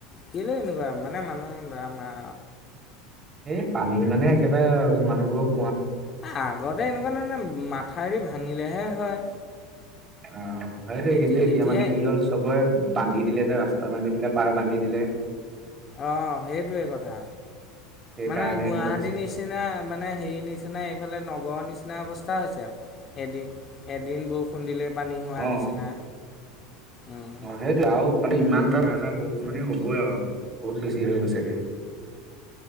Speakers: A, on the left; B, on the right.
A: কেলে এনেকুৱা মানে মানুহ মা ম।
B: এই পানী মানে একেবাৰে মানুহবোৰক।
A: আগতে এনেকুৱা নানানে মাথাউৰি ভাঙিলেহে হয়।
B: উম হয়টো
A: এতি
B: কিন্তু এতিয়া
A: এতিয়াই
B: মানে কি হ'ল চবৰে। বান্ধি দিলে যে ৰাস্তা বান্ধি দিলে পাৰ বান্ধি দিলে।
A: অ সেইটোৱে কথা
B: সেইকাৰণে
A: মানে গুৱাহাটীৰ
B: এনেকুৱা হৈছে
A: নিচিনা মানে হেৰি। নিচিনাই। ফালে নগৰ নিচিনা অৱস্থা হৈছে আৰু এদিন এদিন। ফোন দিলে। পানী হোৱা
B: অ
A: নিচিনা। উম।
B: অ সেইটোে আৰু মানে ইমান। খৰচা বহুতখি নি হ'বই আও বহুত বেছি হৈ গৈছেগে।